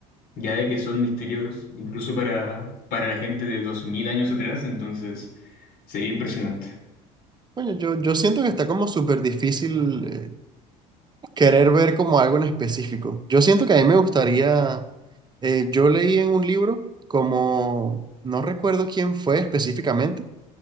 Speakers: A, on the left; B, on the right.
A: ya de que son misterios incluso para, para la gente de 2000 años atrás, entonces sería impresionante.
B: Coño, yo, yo siento que está como súper difícil eh, querer ver como algo en específico. Yo siento que a mí me gustaría, eh, yo leí en un libro como, no recuerdo quién fue específicamente,